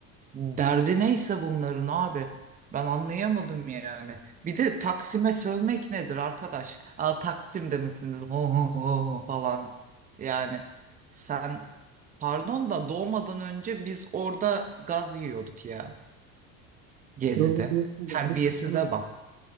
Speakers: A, on the right; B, on the right.
A: Derdi neyse bunların abi. Ben anlayamadım yani. Bir de Taksim'e sövmek nedir arkadaş? Aa, Taksim'de misiniz? Ho, ho, ho falan. Yani sen pardon da doğmadan önce biz orada gaz yiyorduk ya. Gezi'de.
B: Doğru diyorsun
A: Terbiyesize
B: da bu kısmı
A: bak.